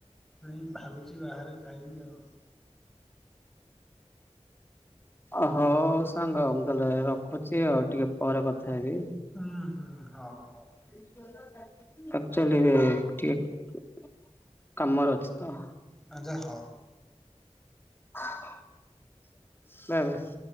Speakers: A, in the centre; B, on the left.
A: ନାଇଁ ଭାବିଛି ବାହାରେ ଖାଇବି ଆଉ।
B: ଅହଉ ସାଙ୍ଗ ମୁଁ ତାହେଲେ ରଖୁଛି ଆଉ ଟିକେ ପରେ କଥା ହେବି?
A: ଉଁ ହୁଁ ହଉ ହଉ।
B: <unintelligible> ଆକ୍ଚୋଲି ଟିକେ କାମରେ ଅଛି ତ
A: ଆଜା ହଉ।
B: <unintelligible>